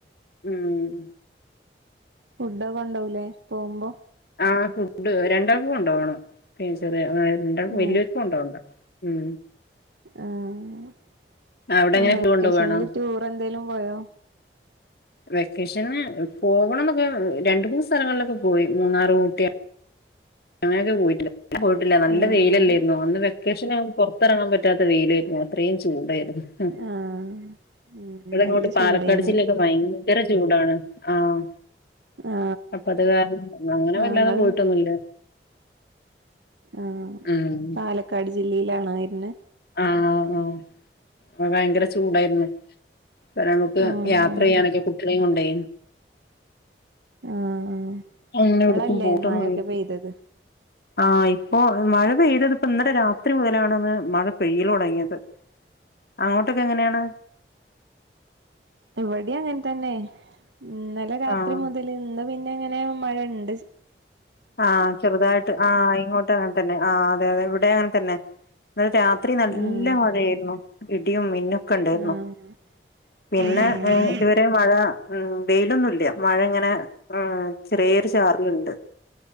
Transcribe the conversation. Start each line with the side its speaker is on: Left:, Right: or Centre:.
Left: ഉം
Right: ഫുഡ് കൊണ്ടുപോവില്ലേ പോകുമ്പോ
Left: ആഹ് ഫുഡ് രണ്ടാൾക്ക് കൊണ്ടുപോകണം ടീച്ചറേ ആ രണ്ട്
Right: ആ
Left: വല്ലിയോർക്ക് കൊണ്ടുപോവണ്ട ഉം
Right: ആഹ്
Left: അവിടെ എങ്ങനെ
Right: വെക്കോഷണിൽ
Left: ഫുഡ് കൊണ്ടോവാണോ
Right: ടൂർ എന്തേലും പോയോ?
Left: വെക്കേഷന് പോവണന്നൊക്ക രണ്ട് മൂന്ന് സ്ഥലങ്ങളിലെക്ക പോയി മൂന്നാറ്, ഊട്ടി അ ങ്ങനൊക്ക പോയിട്ടിണ്ട് പിന്നെ പോയിട്ടില്ല നല്ല
Right: ആ
Left: വെയിലാരുന്നോ
Right: ആ
Left: അന്ന് വെ ക്കേഷന് ആയപ്പോൾ പൊറത്തിറങ്ങാൻ പറ്റാത്ത വെയിലാരുന്നു അത്രയും ചൂടായിരുന്നു. ഹും
Right: ആ ഉം
Left: ഇവ്ടെ
Right: നല്ല
Left: അങ്ങോട്ട്
Right: ചൂടേന്ന്
Left: പാലക്കാട് ജില്ലയൊക്കെ ഭയങ്ക ര ചൂടാണ് ആഹ്
Right: ആ
Left: അപ്പ അത് കാരണം അങ്ങനെ
Right: ആ
Left: വല്ലാതെ
Right: ഇങ്ങള്
Left: പോയ്ട്ടൊന്നുയില്ല
Right: ആഹ്
Left: ഉം
Right: പാലക്കാട് ജില്ലയിലാണോ വെറുന്നേ
Left: ആഹ് ആഹ് ആ ഭയങ്കര ചൂടായിരുന്നു അന്നരം നമുക്ക്
Right: ആ ആ
Left: യാത്ര ചെയ്യാനെക്കെ കുട്ടിനെ കൊണ്ടേ
Right: ആഹ് ആ ഇപ്പളല്ലേ
Left: അങ്ങനെ എവിടുക്കും പോയിട്ടൊന്നുല്ല
Right: മഴയൊക്ക പെയ്തത്
Left: ആഹ് ഇപ്പോ മഴ പെയ്തത് ഇപ്പം ഇന്നലെ രാത്രി മുതലാണെന്ന് മഴ പെയ്യല് തൊടങ്ങിയത് അങ്ങോട്ടൊക്കെ എങ്ങനെയാണ്
Right: ഇവിടേം അങ്ങനെ തന്നെ ഇന്നലെ രാത്രി
Left: ആഹ്
Right: മുതൽ ഇന്ന് പിന്നെ ഇങ്ങനെ മഴണ്ട്‌
Left: ആഹ് ചെറുതായിട്ട് ആഹ് ഇങ്ങോട്ടും അങ്ങനെ തന്നെ ആഹ് അതെ അതെ ഇവിടെ അങ്ങനെ തന്നെ ഇന്നലെ രാത്രി നല്ല
Right: ആഹ്
Left: മഴയാരുന്നു ഇടിയും മിന്നും ക്കണ്ടാരുന്നു
Right: ആഹ്
Left: പിന്നെ
Right: ആഹ്
Left: ആ ഇ ഇതുവരെ മഴ ഉം വെയ്ലൊന്നുല്ല മഴ ഇങ്ങനെ ഉം ചെറിയൊരു ചാറൽ ഉണ്ട്‌